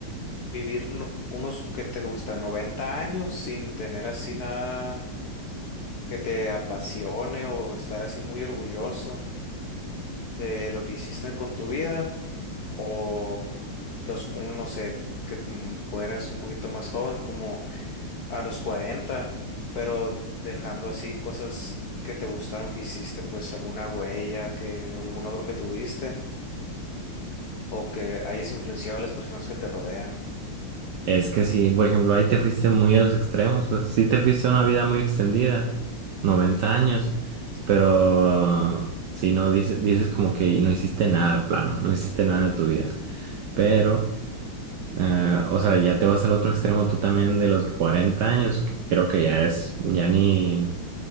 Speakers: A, on the left; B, on the right.
A: vivir no- unos que te gustan 90 años sin tener así nada que te apasione o estar así muy orgulloso de lo que hiciste con tu vida o los, un- no sé, que tú fueras un poquito más joven, como a los cuarenta pero dejando así cosas que te gustaron que hiciste, pues alguna huella, que algún logro que tuviste o que hayas influenciado a las personas que te rodean.
B: Es que si, por ejemplo, ahí te fuiste muy a los extremos, pues sí te fuiste a una vida muy extendida, 90 años, pero si no dices, dices como que no hiciste nada de plano, no hiciste nada de tu vida, pero, eh, o sea, ya te vas al otro extremo tú también de los 40 años, que creo que ya es, ya ni,